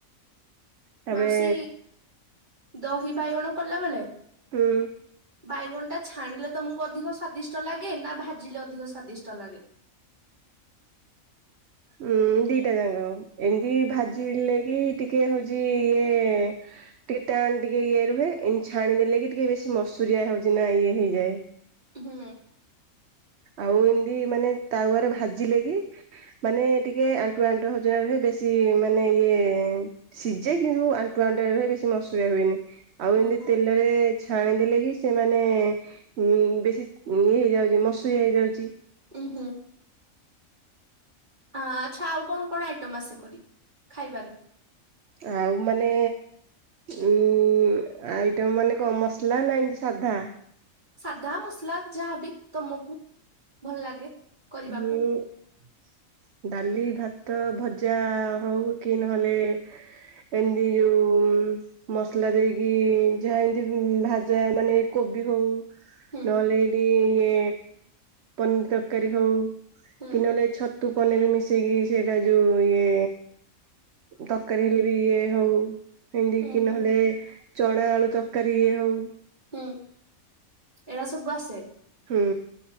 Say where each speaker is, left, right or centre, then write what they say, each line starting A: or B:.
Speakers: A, on the right; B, on the right.
A: ତାପରେ
B: ମାଉସୀ ଦହିବାଇଗଣ କଲା ବେଳେ
A: ହୁଁ।
B: ବାଇଗଣଟା ଛାଣିଲେ ତମକୁ ଅଧିକ ସ୍ଵାଦିଷ୍ଟ ଲାଗେ ନା ଭାଜିଲେ ଅଧିକ ସ୍ଵାଦିଷ୍ଟ ଲାଗେ?
A: ଉଁ ଦିଟା ଯାକ ଏମିତି ଭାଜିଲେ
B: ଓହୋ।
A: କି ଟି କେ ହଉଛି ଇଏ କି ଟିକେ ଟାନ୍ ଟିକେ ଇଏ ରୁହେ ଏ ଛାଣିଦେଲେ କି ଟିକେ ବେଶୀ ମସୁରିଆ ହଉଛି ନା ଇଏ ହେଇଯାଏ
B: ହୁଁ।
A: ଆଉ ଏମିତି ମାନେ ତାୱାରେ ଭାଜିଲେ କି? ମାନେ ଟିକେ ଆଣ୍ଠୁଆ ଆଣ୍ଠୁଆ ହଜନାରେ ହ ବେଶୀ ମାନେ ଇଏ ସିଝେ କିନ୍ତୁ ଆଣ୍ଟୁ ଆଣ୍ଟୁ ର ଭ ବେଶୀ ମସୁରଆ ହୁଏନି ଆଉ
B: ଓହୋ
A: ଏମିତି ତେଲରେ ଛାଣିଦଲେ କି ସେମାନେ ଉ ବେଶୀ ଇଏ ହେଇଯାଉଛି ମସୁରଆ ହେଇଯାଉଛି।
B: ଉୁଁ ହୁଁ। ଆଚ୍ଛା ଆଉ କଣ କଣ ଆଇଟମ ଆସେ କରି ଖାଇବାରେ?
A: ଆଉ ମାନେ ଉଁ ଆଇଟ ମାନେ କଣ ମସଲା ନା ଏ ସାଧା?
B: ସାଧା ମସଲା ଯାହାବି ତମକୁ ଭଲ ଲାଗେ। କରିବାକୁ।
A: <inaudible> ଡାଲି ଭାତ ଭଜା ହଉ କି ନହେଲେ ଏମିତି ଯୋଉ ମସଲା ଦେଇକି ଯାହା ଏମିତି ଭାଜା ମାନେ ଏଇ କୋବି ହଉ।
B: ହୁଁ
A: ନହେଲେ ଏଇଠି ଇଏ ପନିର ତରକାରୀ ହଉ।
B: ହୁଁ
A: କି ନହେଲେ ଛତୁ ପନିର ମିଶେଇିକି ସେଇଟା ଯୋଉ ଇଏ। ତରକାରୀ ହେଲେ ବି ଇଏ ହଉ। ଏମତି
B: ହୁଁ
A: କି
B: ହୁଁ
A: ନହେଲେ ଚଣା ଆଳୁ ତରକାରୀ ଇଏ ହଉ।
B: ହୁଁ ଏରା ସବୁୁ ଆସେ।
A: ହୁଁ।